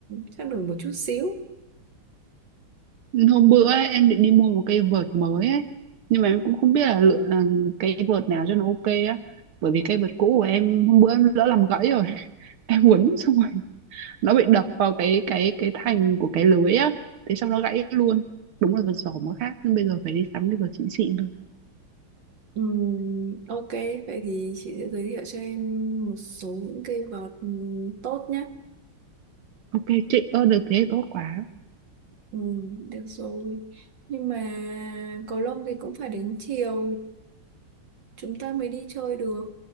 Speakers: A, on the right; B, on the right.
A: chắc được một chút xíu.
B: hôm bữa ấy, em định đi mua một cây vợt mới ấy nhưng mà em cũng không biết là lựa là cây vợt nào cho nó ok á bởi vì cây vợt cũ của em hôm bữa em lỡ làm gãy rồi <laughs> em quấn xong rồi nó bị đập vào cái cái cái thành của cái lưới á thế xong nó gãy luôn đúng là vật giỏ mới khác nhưng bây giờ phải đi sắm cái vật xịn xịn thôi
A: Ừm, ok, vậy thì chị sẽ giới thiệu cho em một số những cây vợt ừm, tốt nhé.
B: ok chị ơ được thế thì tốt quá
A: Ừm, được rồi. Nhưng mà cầu lông thì cũng phải đến chiều chúng ta mới đi chơi được.